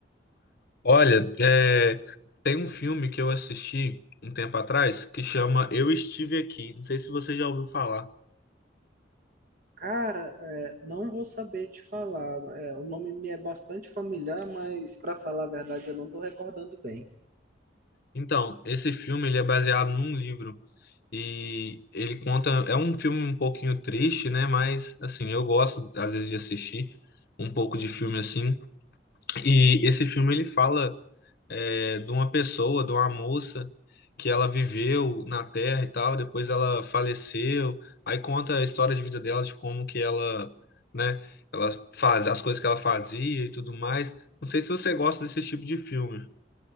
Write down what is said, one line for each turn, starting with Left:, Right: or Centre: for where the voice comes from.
Left: Olha, é, tem um filme que eu assisti um tempo atrás que chama Eu Estive Aqui. Não sei se você já ouviu falar.
Right: Cara, é, não vou saber te falar. é, o nome me é bastante familiar, mas pra falar a verdade, eu não tô recordando bem.
Left: Então, esse filme ele é baseado num livro. E ele conta, é um filme um pouquinho triste, né? Mas assim, eu gosto às vezes de assistir um pouco de filme assim. E esse filme ele fala é, de uma pessoa, de uma moça que ela viveu na Terra e tal, depois ela faleceu. Aí conta a história de vida dela, de como que ela, né? Ela faz as coisas que ela fazia e tudo mais. Não sei se você gosta desse tipo de filme.